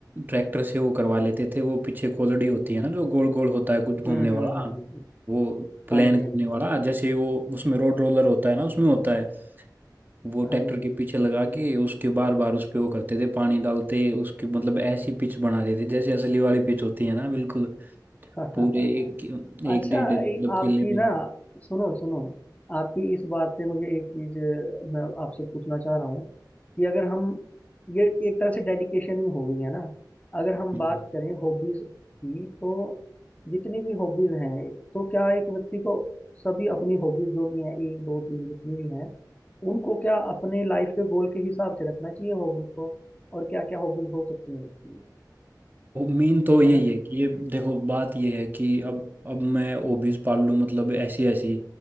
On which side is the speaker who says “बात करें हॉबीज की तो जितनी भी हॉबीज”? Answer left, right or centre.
Left